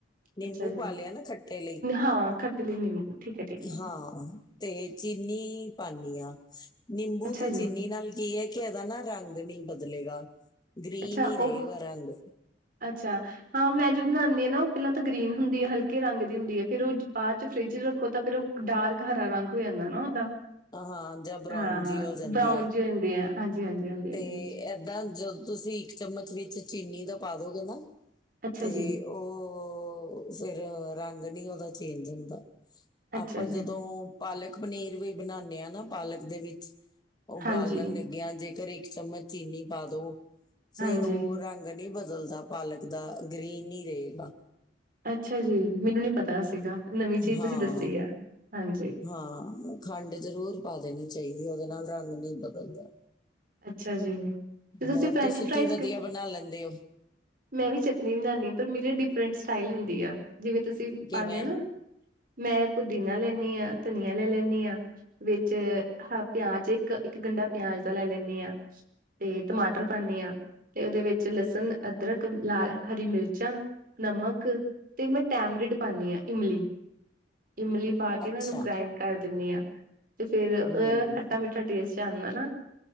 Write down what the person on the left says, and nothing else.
ਨਿੰਬੂ
ਪਾ ਲਿਆ ਨਾ ਖੱਟੇ ਲਈ,
ਹਾਂ। ਤੇ ਚੀਨੀ ਪਾਨੀ ਹਾਂ ਨਿੰਬੂ
ਤੇ
ਚੀਨੀ ਨਾਲ ਕੀ ਹੈ ਕਿ ਇਹਦਾ ਨਾ ਰੰਗ ਨੀ ਬਦਲੇਗਾ ਗ੍ਰੀਨ
ਹੀ ਰਹੇਗਾ
ਰੰਗ।
ਹਾਂ ਜਾਂ ਬਰਾਊਨ
ਜੀ ਹੋ ਜਾਂਦੀ
ਹੈ
ਤੇ
ਏਦਾਂ ਜਦੋਂ ਤੁਸੀਂ ਇੱਕ ਚਮਚ ਵਿੱਚ ਚੀਨੀ ਦਾ ਪਾ ਦੋਗੇ ਨਾ
ਤੇ
ਉਹ ਫੇਰ ਰੰਗ ਨੀ ਉਹਦਾ ਚੇਂਜ ਹੁੰਦਾ।
ਆਪਾਂ ਜਦੋਂ
ਪਾਲਕ ਪਨੀਰ ਵੀ ਬਣਾਉਦੇ ਹਾਂ ਨਾ ਪਾਲਕ ਦੇ ਵਿੱਚ। ਉਬਾਲਣ
ਲੱਗਿਆ ਜੇਕਰ ਇੱਕ ਚਮਚ ਚੀਨੀ ਪਾ ਦੋ ਫੇਰ
ਉਹ ਰੰਗ ਨਹੀਂੀ ਬਦਲਦਾ ਪਾਲਕ ਦਾ ਗ੍ਰਰੀਨ ਨ ਰਹੇਗਾ।
ਹਾਂ
ਹਾਂ ਖੰਡ ਜ਼ਰੂਰ ਪਾ ਦੇਣੀ ਚਾਹੀਦੀ ਉਹਦੇ ਨਾਲ ਰੰਗ ਨਹੀਂ ਬਦਲਦਾ।
ਹੋਰ
ਤੁਸੀਂ
ਕੀ ਵਧੀਆ
ਬਣਾ ਲੈਂਦੇ ਹੋ।
ਕਿਵੇਂ
ਅੱਛਾ
ਹੂੰ